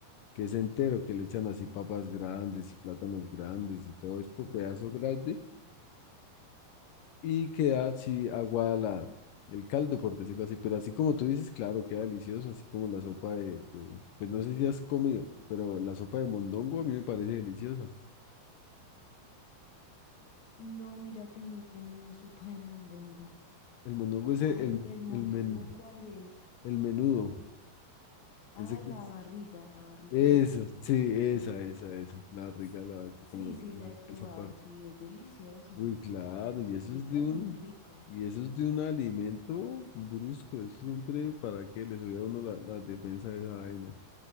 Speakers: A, on the left (about 75°); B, on the left (about 55°).
A: que es entero, que le echan así papas grandes y plátanos grandes y todo esto, pedazo grande, y queda así aguada la, el caldo, por decirlo así, pero así como tú dices, claro, queda delicioso, así como la sopa de, de- pues no sé si has comido, pero la sopa de mondongo a mí me parece deliciosa.
B: No, mira que no he comido sopa de mondongo.
A: El mondongo es el,
B: Ah,
A: el,
B: ¿el mondongo
A: el men-
B: cuál es?
A: el menudo,
B: Ah,
A: ese que
B: la
A: es.
B: barriga, la barriga.
A: Eso,
B: de-
A: sí, esa,
B: mm,
A: esa, esa, la rica,
B: s-
A: la,
B: Sí,
A: como
B: sí, la he probado,
A: esa parte.
B: sí, es delicioso.
A: Uy, claro,
B: En
A: y
B: sopita
A: eso es de un,
B: es muy rico.
A: y eso es de un alimento brusco, es siempre para que le subía a uno la, la defensa de esa vaina.